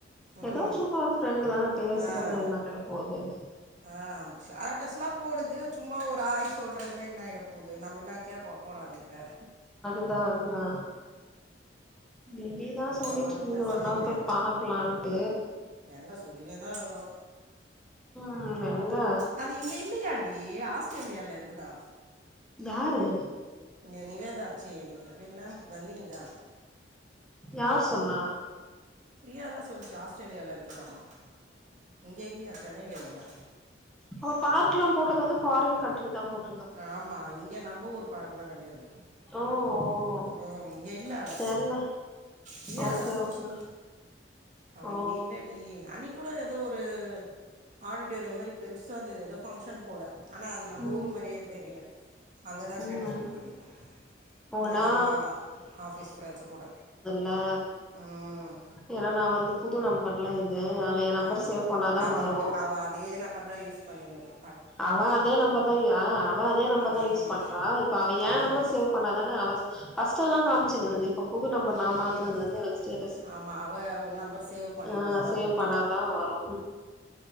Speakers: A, on the right; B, in the centre.
A: ம்
B: எதா
A: ம்
B: சும்மா ஒரு ஃப்ரெண்டு தானப் பேசுறதுல
A: ஆ
B: என்ன நல்லப் போவ்தே
A: ஆ ஷட்டஸ்லா போடுது சும்மா ஒரு ஆய் சொல்றதுல என்ன ஆய்ட போவ்து நம்ம இன்ன கேக்வோ போறாதி கிட்ட
B: நானுதா நிதி தா
A: அப்புறோ
B: சொல்லிட்ருந்து
A: என்ன
B: ஒர்
A: சமையலு
B: நாள் போய் பாக்லாண்டு
A: எங்க சொல்லினேதா இருக்றோ
B: ம் மெங்கா
A: அது இங்க இல்லியாண்டி ஆஸ்ட்ரேலியால இருக்குதா
B: யாரு
A: இன்ன நிவேதா ஆச்சி பெரு இன்னா நந்தினி தா
B: யார் சொன்னா
A: ப்ரியா தா சொல்ச்சி ஆஸ்ட்ரேலியால இருங்குதாமா இங்கே இல்லியா சென்னைல இல்லியா
B: அங்க பார்க்லா போட்டது வந்து ஃபாரின் கண்ட்ரி தா போட்
A: ஆமா இங்க நம்ப ஊர் பார்க்லா கெடையாது
B: ஓ ஓ
A: அ இங்க இல்ல அவ
B: தெர்ல
A: ப்ரியா
B: ஓகே
A: தா சொல்ச்சி
B: ஓகே
A: அவ
B: ஓ
A: இங்க இல்லடி அன்னிக்கூடோ எதோ ஒரு ஆடிட்டேர்ய மாரி பெருசாந்தது எதோ ஃபங்க்ஷன் போல ஆனா அது நம்ப
B: ம்
A: ஊரு மாரியே தெரில அங்க தா ஸ்டேட்டஸ்
B: ம்
A: போட்டுந்து
B: ஓ
A: யாரோ
B: நா
A: ஆஃபீஸ் ஃபிரெண்ட்ஸு கூட
B: லா
A: ம்
B: ஏனா நா வந்து புது நம்பர்லா இது அவ என் நம்பர்
A: ஆமா
B: சேவ் பண்ணாதா
A: அது
B: வரு
A: அவ்வ அவ அதே நம்பர் தா யூஸ் பண்ணினுக்கு
B: அவா அதே நம்பர் தா ய் ஆ அவா அதே நம்பர் தா
A: ம்
B: யூஸ் பண்றா இப்ப அவ ஏ
A: ஆமா
B: நம்பரு சேவ் பண்ணாதான அவஸ் ஃபர்ஸ்ட் எல்லா காமிச்சிருந்தது இப்ப புது நம்பர்
A: ம்
B: நா மாத்துன இதுலந்து எனக்கு ஸ்டேட்
A: ஆமா அவ உன் நம்பர் சேவ் பண்ணியிர்ந்தாதா
B: ஆ சேவ்
A: உனக்
B: பண்ணாதா வரு